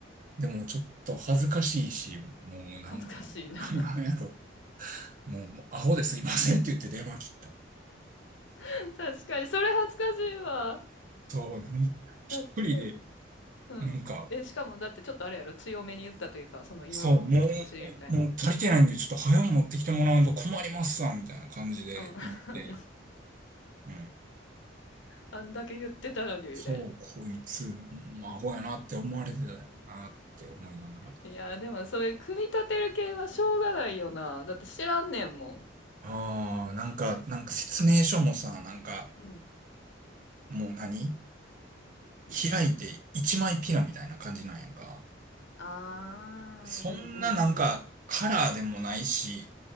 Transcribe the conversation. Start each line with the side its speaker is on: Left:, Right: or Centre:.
Right: でもちょっと恥ずかしいし、もうなんか、
Left: 恥ずかしいな。
Right: <laughs> なんやろ、もう、もうアホですいませんって言って電話切った。
Left: <laughs> 確かにそれ恥ずかしいわ。
Right: そう、なん一人で、
Left: だってうん。
Right: なんか、
Left: え、しかもだってちょっとあれやろ、強めに言ったというか、その今持ってきてほしいみたいな。
Right: そう、もう、もう足りてないんで、ちょっと早う持ってきてもらわんと困りますわ、みたいな感じで言って、
Left: うん。<laughs>
Right: うん。
Left: あんだけ言ってたのに、みたいな。
Right: そう、こいつ、まあ、アホやなって思われてたよなって思いながら。
Left: いや、でもそういう組み立てる系はしょうがないよな。だって知らんねんもん。
Right: ああ、なんか、なんか説明書もさ、なんか、
Left: うん。
Right: もう何
Left: うん。
Right: 開いて一枚ピラみたいな感じなんやんか。
Left: あー、
Right: そんななんか、
Left: うんうんうん。
Right: カラーでもないし、